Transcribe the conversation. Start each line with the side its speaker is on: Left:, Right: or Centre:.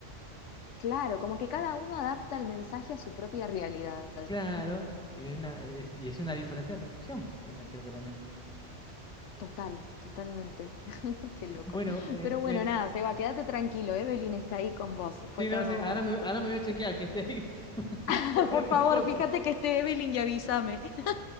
Left: claro, como que cada uno adapta el mensaje a su propia realidad.
Centre: Claro, y, una, es, y es una diferencia de percepción. O sea, creo que también.
Left: Total, totalmente. <laughs> Qué loco.
Centre: Bueno, eh,
Left: Pero bueno,
Centre: Meli.
Left: nada, Seba, quédate tranquilo, Evelyn está ahí con vos. Fue
Centre: Sí,
Left: todo,
Centre: no, sí, ahora me,
Left: fue
Centre: ahora
Left: todo
Centre: me voy
Left: un
Centre: a
Left: chiste.
Centre: chequear que esté ahí <laughs>
Left: <laughs>
Centre: por cualquier
Left: Por favor,
Centre: cosa.
Left: fíjate que esté Evelyn y avísame. <laughs>